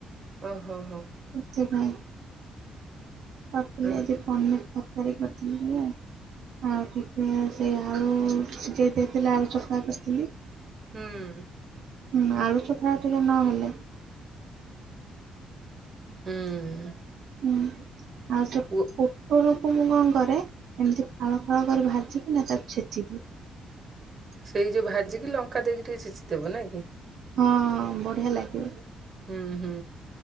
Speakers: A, on the right (about 35°); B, on the right (about 70°).
A: ଓ ହୋ ହୋ।
B: ସେଥିପାଇଁ ପଥିଲେ
A: ଓ
B: ଆଜି ପନିର ତରକାରୀ କରିଥିଲି। ଆଉ ଟିକେ ସେଇ ଆଳୁ ସିଝେଇ ଦେଇଥିଲେ ଆଉ ଚକା କରିଥିଲି।
A: ହୁଁ।
B: ହୁଁ ଆଳୁ ଚଖା ଟିକେ ନହେଲେ
A: ହୁଁ।
B: ହୁଁ ଆଉ ସବୁ
A: ଓ।
B: ପୋଟଳକୁ ମୁଁ କଣ କରେ ଏମିତି ଫାଳ ଫାଳ କରି ଭାଜିିକି ନା ତାକୁ ଛେଚିଦିଏ।
A: ସେଇ ଯୋଉ ଭାଜିକି ଲଙ୍କା ଦେଇକି ଟିକେ ଛେଚି ଦେବ ନାଇ କି?
B: ହଁ ବଢିଆ ଲାଗିବ।
A: ହୁଁ ହୁଁ।